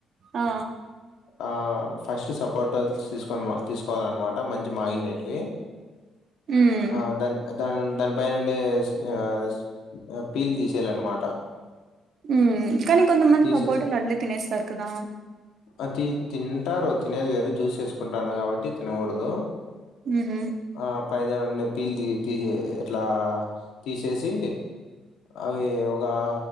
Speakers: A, on the right; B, on the left.
A: ఆ
B: ఆ ఫస్ట్ సపోర్ట్ తీసుకొని తీసుకోవాలన్నమాట మంచి మాగి నెటివి
A: ఉమ్
B: ఆ దాన్ దాన్ దానిపై నుండే ఆ ఎస్ పీలు తీసేలన్నమాట
A: ఉమ్ కానీ కొంతమంది
B: థీసెస్
A: సపోటాలు అట్లే తినేస్తారు కదా
B: అ తింట తినేది వేరు జూసు చేసుకుంటాన కాబట్టి తినకూడదు
A: ఉహు
B: ఆ పైన పీలు తీ తీసి ఇట్లా చేసి అవి ఒగ ఆ